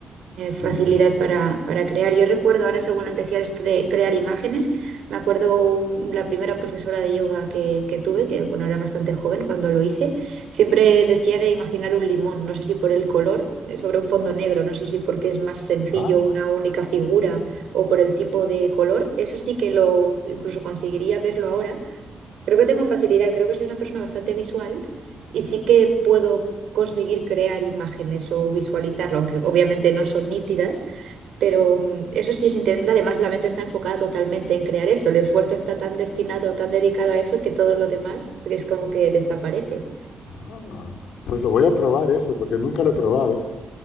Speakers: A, on the right; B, on the left.
A: eh, facilidad
B: y,
A: para,
B: eh,
A: para crear. Yo recuerdo ahora, según antes decías esto de crear imágenes, me acuerdo un- la primera profesora de yoga que, que tuve, que bueno, era bastante joven cuando lo hice, siempre decía de imaginar un limón, no sé si por el color, eh, sobre un fondo negro, no sé si porque es más sencillo
B: ah,
A: una única figura o por el tipo de color. Eso sí que lo incluso conseguiría verlo ahora, Creo que tengo facilidad, creo que soy una persona bastante visual y sí que puedo conseguir crear imágenes o visualizarlo, aunque obviamente no son nítidas, pero mm, eso sí es interesante. Además, la mente está enfocada totalmente en crear eso. El esfuerzo está tan destinado, tan dedicado a eso que todo lo demás es como que desaparece.
B: ah, pues lo voy a probar eso, porque nunca lo he probado.